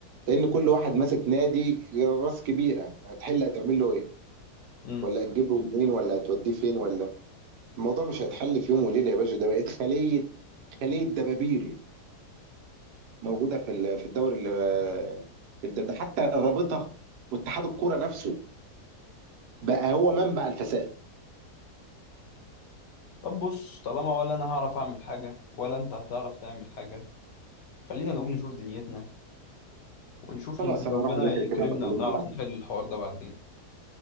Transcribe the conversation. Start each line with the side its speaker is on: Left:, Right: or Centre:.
Right: لان كل واحد ماسك نادي راس كبيره هتحل هتعمل له ايه
Left: مم.
Right: ولا هتجيب له منين ولا هتوديه فين ولا الموضوع مش هيتحل في يوم وليله يا باشا ده بقت خليه خليه دبابير موجوده في ال- في الدوري ال- في الد- ده حتى الرابطه واتحاد الكوره نفسه بقى هو منبع الفساد
Left: طب بص طالما ولا أنا هعرف أعمل حاجة ولا أنت هتعرف تعمل حاجة خلينا نقوم نشوف دنيتنا ونشوف
Right: خلاص
Left: يمكن
Right: انا
Left: ربنا
Right: اروح اذاكر
Left: يكرمنا
Right: كده وبكلمك
Left: ونعرف
Right: بعدين
Left: نحل الحوار ده بعدين